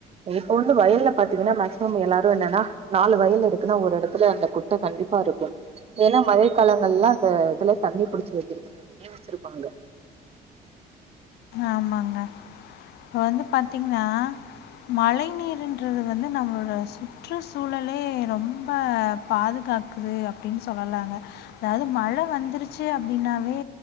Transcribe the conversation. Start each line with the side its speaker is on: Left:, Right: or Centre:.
Right: இப்ப வந்து வயல்ல பாத்தீங்கன்னா மேக்சிமம் எல்லாரு என்னன்னா நாலு வயல்ல இருக்குன்னா ஒரு இடத்துல அந்த குட்டை கண்டிப்பா இருக்கு ஏன்னா மழை காலங்கள்ல அந்த இதுல தண்ணி புடிச்சு வைக்கிறது <unintelligible> வச்சிருப்பாங்க
Left: ஆமாங்க இப்போ வந்து பாத்தீங்கன்னா மழை நீர்ன்றது வந்து நம்மளோட சுற்று சூழலே ரொம்ப பாதுகாக்குது அப்படின்னு சொல்லலாங்க அதாவது மழை வந்துருச்சு அப்படின்னாவே